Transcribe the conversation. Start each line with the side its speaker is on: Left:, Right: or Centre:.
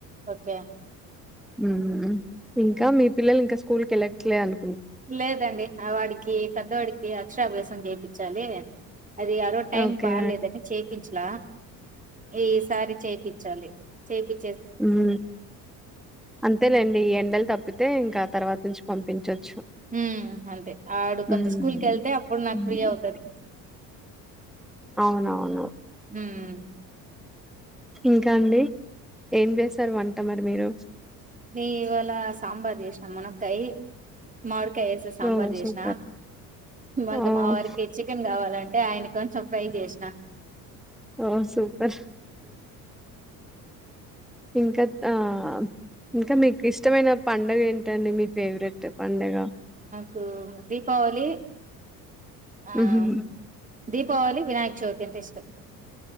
Right: ఓకే
Centre: ఉ ఇంకా మీ పిల్లలు ఇంకా స్కూల్ కలట్లేను
Right: లేదండి ఆ వాడికి పెద్దవాడికి అక్షరాభ్యాసం చేటికి చలియె అది యారో టైం
Centre: ఓకే.
Right: బాగాలేదని చేపించె ఇలా ఈసారి చేయిచ్చాలి చేపి
Centre: ఉమ్ అంతేలేండి ఈ ఎండలు తప్పితే ఇంక తర్వాత నుంచి పంపించొచ్చు
Right: హుమ్ అంతే ఆడు
Centre: హ్మ్.
Right: కొంచెం స్కూల్ కెళ్తే అప్పుడు నాకు
Centre: హ్మ్.
Right: ఫ్రీ అవుతది
Centre: అవునవును
Right: ఉమ్
Centre: ఇంకా అండి ఏం చేస్తారు వంట మరి మీరు
Right: నీ ఇవళ సాంబార్ చేసినాం మనక్కాయ్ మాడ క్కాయ్ వేసి సాంబార్
Centre: ఓహ్!
Right: చేసిన
Centre: సూపర్.
Right: ఇంక
Centre: ఓహ్!
Right: మా వారికి చికెన్ కావాలంటే ఆయన గాన్ సొరె కాయె చేసిన
Centre: ఓ సూప్పర్ ఇంక ఆ ఇంక మీకు ఇష్టమైన పండగ ఏంటండి మీ ఫేవరెట్ పండగ
Right: కు దీపావళి ఆయ్
Centre: హుహు.
Right: దీపావళి వినాయక చవితి అంటే ఇష్టం